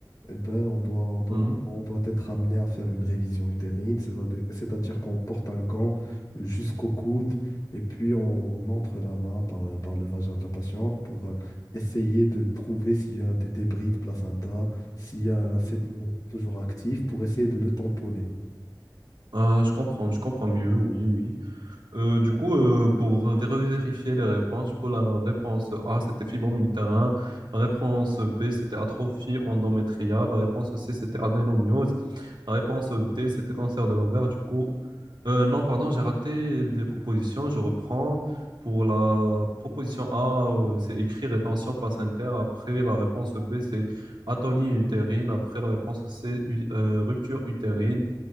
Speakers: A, on the left; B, on the right.
A: eh ben, on doit, on doit,
B: mhm.
A: on doit être amené à faire une révision utérine, c'est-à-dire c'est-à-dire qu'on porte un gant jusqu'au coude et puis on entre la main par, le- par le vagin de la patiente pour euh, essayer de trouver s'il y a des débris de placenta, s'il y a un cellulome toujours actif pour essayer de le tamponner.
B: Ah, ah, je comprends, je comprends mieux, oui, oui. Euh, du coup, euh, pour vérifier les réponses, du coup, la réponse A, c'était fibrome utérin. La réponse B, c'était atrophie endométriale. La réponse C, c'était adénomyose. La réponse D, c'était cancer de l'ovaire. Du coup, euh, non, pardon, j'ai raté les propositions. Je reprends. Pour la proposition A, euh, c'est écrit rétention placentaire. Après, la réponse B, c'est atonie utérine. Après, la réponse C, u- euh, rupture utérine.